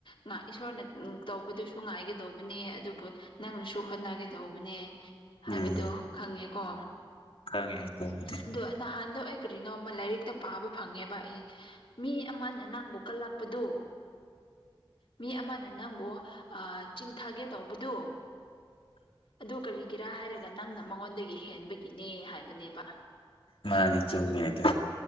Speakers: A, on the left (about 70°); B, on the left (about 85°).
A: ꯉꯥꯛ ꯏꯁꯣꯔꯅ ꯎꯝ ꯇꯧꯕꯗꯨꯁꯨ ꯉꯥꯏꯒꯗꯧꯕꯅꯦ ꯑꯗꯨꯒꯥ ꯅꯪꯅꯁꯨ ꯍꯣꯠꯅꯒꯗꯧꯕꯅꯦ ꯍꯥꯏꯕꯗꯣ
B: ꯎꯝ
A: ꯈꯪꯉꯦꯀꯣ
B: ꯈꯪꯉꯦ ꯇꯧꯕꯗꯤ
A: ꯑꯗꯣ ꯅꯍꯥꯟꯗꯣ ꯑꯩ ꯀꯔꯤꯅꯣꯃ ꯂꯥꯏꯔꯤꯛꯇ ꯄꯥꯕ ꯐꯪꯉꯦꯕ ꯑꯩ ꯃꯤ ꯑꯃꯅ ꯅꯪꯕꯨ ꯀꯜꯂꯛꯄꯗꯨ ꯃꯤ ꯑꯃꯅ ꯅꯪꯕꯨ ꯑꯥ ꯆꯤꯡꯊꯒꯦ ꯇꯧꯕꯗꯨ ꯑꯗꯨ ꯀꯔꯤꯒꯤꯔꯥ ꯍꯥꯏꯔꯒ ꯅꯪꯅ ꯃꯉꯣꯟꯗꯒꯤ ꯍꯦꯟꯕꯒꯤꯅꯦ ꯍꯥꯏꯕꯅꯦꯕ
B: ꯃꯥꯅꯤ ꯆꯨꯝꯃꯦ ꯑꯗꯨ